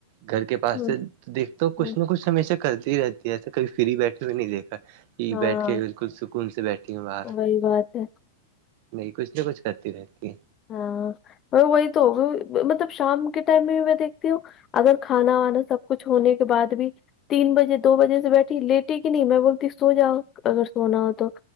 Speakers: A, on the right; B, on the left.
A: گھر کے پاس
B: ہوں
A: سے دیکھتا کچھ
B: ہوں
A: نہ کچھ ہمیشہ کرتی ہی رہتی ہے ایسا کبھی پھرری بیٹھے ہوئے نہیں دیکھا یہ
B: ہاں
A: بیٹھ کے بالکل سکون سے بیٹھی ہوں باہر
B: وہی بات ہے
A: نہیں کچھ نہ کچھ کرتی رہتی ہے
B: ہاں وہی تو ہوگی مطلب شام کے ٹائم میں میں دیکھتی ہوں اگر کھانا وانا سب کچھ ہونے کے بعد بھی تین بجے دو بجے سے بیٹھی لیٹٹی کی نہیں میں بولتی سو جاؤ اگر سونا ہو تو